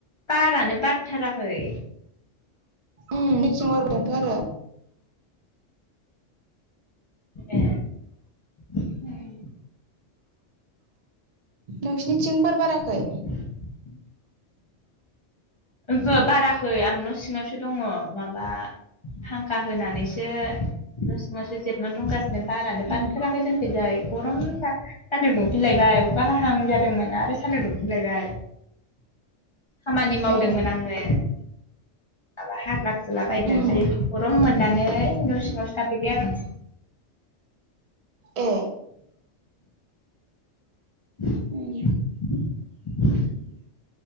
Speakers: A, on the left; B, on the right.
A: बारानो बारथाराखै।
B: उम <unintelligible> बारबोदोंथ' आरो।
A: ए उम
B: नोंसिनिथिं बार बाराखै?
A: <inaudible> ओंहो बाराखै आं न' सिङावसो दङ माबा फांखा होनानैसो न' सिङावसो जिरना दंगासिनो बारानो
B: उम
A: बारथाराखै जों खैजाय गरमथार सान्दुं दुंफिनलायबाय अखा हाहां जादोंमोन आरो सान्दुं दुंफिनलायबाय। खामानि मावदोंमोन
B: ए
A: आङो। माबा हाग्रा फुलाबायमोन
B: उम
A: ओमफाय गर'म मोननानै न' सिङावसो थाफैबाय आं।
B: ए
A: <inaudible>
B: उम